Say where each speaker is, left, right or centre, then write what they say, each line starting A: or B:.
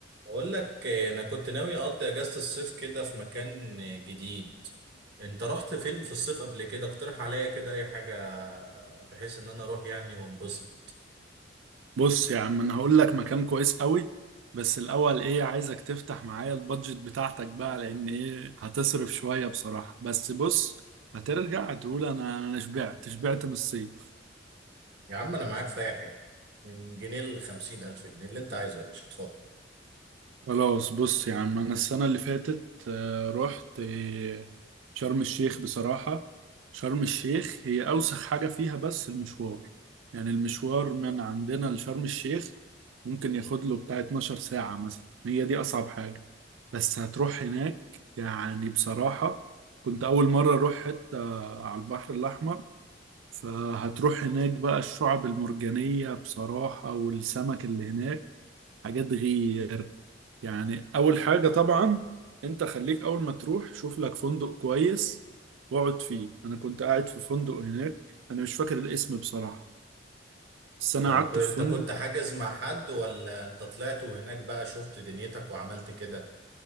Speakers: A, on the right; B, on the right.
A: بقول لك آه، انا كنت ناوي اقضي اجازة الصيف كده في مكان آه، جديد انت رحت فين في الصيف قبل كده اقترح عليا كده اي حاجة آه، بحيث ان انا اروح يعني وانبسط
B: بص يا عم انا هقول لك مكان كويس قوي بس الاول ايه عايزك تفتح معايا البادجت بتاعتك بقى لان ايه هتصرف شوية بصراحة بس بص هترجع تقول انا انا شبعت شبعت من الصيف
A: يا عم انا معاك في اي حاجة من جنيه لخمسين الف جنيه اللي انت عايزه يا باشا اتفضل
B: خلاص بص يا عم انا السنه اللي فاتت آه، رحت آه، شرم الشيخ بصراحه شرم الشيخ هي اوسخ حاجه فيها بس المشوار يعني المشوار من عندنا لشرم الشيخ ممكن ياخد له بتاع 12 ساعه مثلا هي دي اصعب حاجه بس هتروح هناك يعني بصراحه كنت اول مره اروح حته على البحر الاحمر فهتروح هناك بقى الشعب المرجانيه بصراحه والسمك اللي هناك حاجات غير يعني اول حاجة طبعا انت خليك اول ما تروح شوف لك فندق كويس واقعد فيه انا كنت قاعد في فندق هناك انا مش فاكر الاسم بصراحة بس انا
A: طب
B: قعدت
A: انت
B: في فندق
A: كنت حاجز مع حد ولا انت طلعت وهناك بقى شفت دنيتك وعملت كده